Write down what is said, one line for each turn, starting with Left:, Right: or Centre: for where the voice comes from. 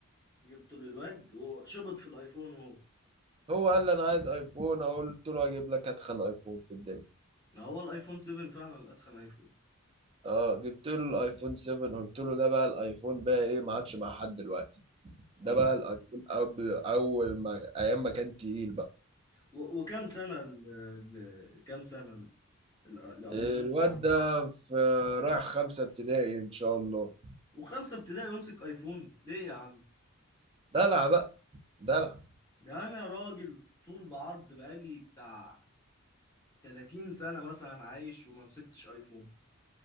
Left: جبته للواد وشبط في الايفون هو
Right: هو قال لي انا عايز ايفون قلت له اجيب لك اتخن ايفون في الدنيا
Left: ما هو الايفون 7 فعلا اتخن ايفون
Right: اه جبت له الايفون 7 قلت له ده بقى الايفون بقى ايه ما عادش مع حد دلوقتي ده
Left: اه
Right: بقى الايفون قبل اول ما ايام ما كان تقيل بقى
Left: و- وكام سنة ال ال- كام سنة ال- الأمور
Right: الواد
Left: اللي عنده؟
Right: ده في رايح خمسة ابتدائي ان شاء الله
Left: وخمسة ابتدائي وامسك ايفون ليه يا عم
Right: دلع بقى دلع
Left: ده انا راجل طول بعرض بقالي بتاع 30 سنة مثلا عايش وما مسكتش ايفون